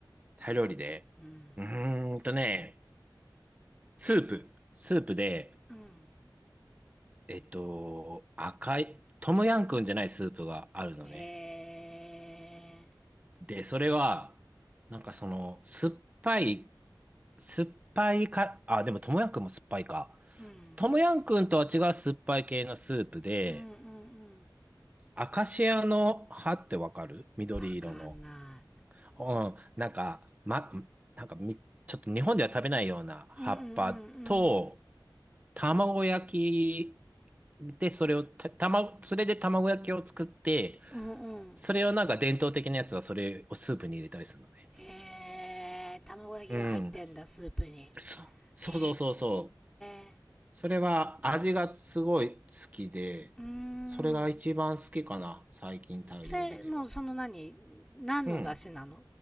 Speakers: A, on the right; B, in the centre.
A: タイ料理で。
B: うん。
A: うーんとね、スープ。スープで、
B: うん。
A: えっと、赤い、トムヤンくんじゃないスープがあるのね。
B: ええ
A: で、それは、なんかその、酸っぱい、酸っぱいか、あ、でも、ともやんくんも酸っぱいか。
B: ー。うん。
A: ともやんくんとは違う酸っぱい系のスープで、
B: うんうんうん。
A: アカシアの葉ってわかる緑色の。
B: わかんな
A: うん、なんか、ま、なんかみ、ちょっと日本では食べないような葉っぱと、
B: い。うんうんうん
A: 卵焼きで、それをた、卵それで卵焼きを作って、
B: うん。うんうん。
A: それをなんか伝統的なやつはそれをスープに入れたりするのね。
B: へえー。卵焼きが入ってんだ、
A: うん。
B: スープに。
A: そ、
B: へ
A: そうそうそうそう。
B: え
A: それは味がすごい好きで、
B: ー。うーん。
A: それが一番好きかな、最近タイ料理では。
B: それ、もうその何何の出汁なの
A: うん。